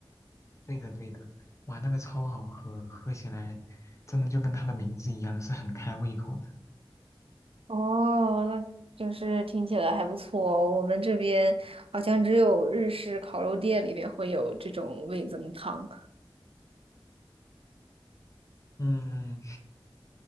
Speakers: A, on the left (about 35°); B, on the right (about 90°).
A: 对的对的，哇，那个超好喝，喝起来真的就跟它的名字一样，是很开胃口的。
B: 哦，那就是听起来还不错哦。我们这边好像只有日式烤肉店里边会有这种味增汤。
A: 嗯，